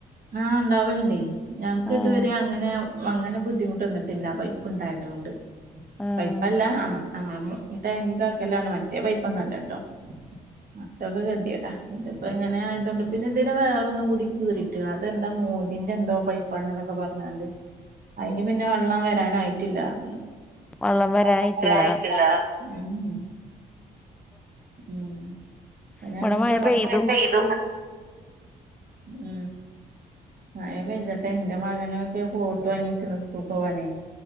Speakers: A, on the right (about 50°); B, in the centre.
A: ആഹ് ഇണ്ടാവലിണ്ടെ ഞങ്ങക്ക്
B: ഏഹ്
A: ഇതുവരെ അങ്ങനെ അങ്ങനെ ബുദ്ധിമുട്ട് വന്നിട്ടില്ല പൈപ്പ് ഇണ്ടായതുകൊണ്ട്
B: ഏഹ്
A: പൈപ്പല്ല ആഹ് ഞങ്ങളെ മ് ഈ ടാങ്ക് കാക്കല്ലാണ് മറ്റേ പൈപ്പൊന്നല്ല ട്ടോ അതൊക്കെ ഗദ്ധ്യേട. ഇതിപ്പോ എങ്ങനെ ആയതൊണ്ട് പിന്നെ ഇതില് വേറ ഒന്നും കൂടി കീറി ട്ട് ക അതെന്താ മോദിന്റെ എന്തോ പൈപ്പാണ് ന്നൊക്കെ പറഞ്കാണ്ട് അയിന് പിന്നെ വെള്ളം വരാനായിട്ടില്ലട്ട
B: വെള്ളം വരാനായിട്ടില്ല
A: പറഞ്ഞ്. <unintelligible> ഉം ഉം അങ്ങന
B: ഇവടെ മഴ
A: ക്ക പണി
B: പെയ്തു
A: കൊറേ ചെയ്തു ഉ മഴ പെയ്തിട്ടേ എന്റെ മകനൊക്കെ കോട്ട് വാങ്ങിച്ചിണ് സ്കൂൾക്ക്‌ പോവാനേ.